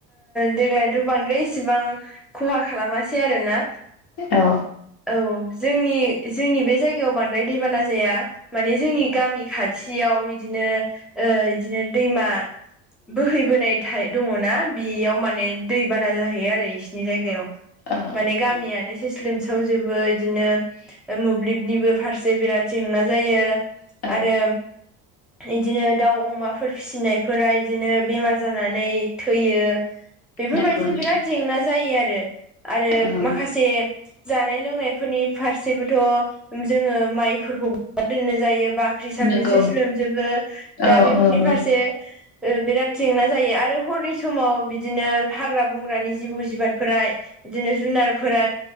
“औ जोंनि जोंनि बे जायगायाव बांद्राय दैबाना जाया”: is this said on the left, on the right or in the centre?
Centre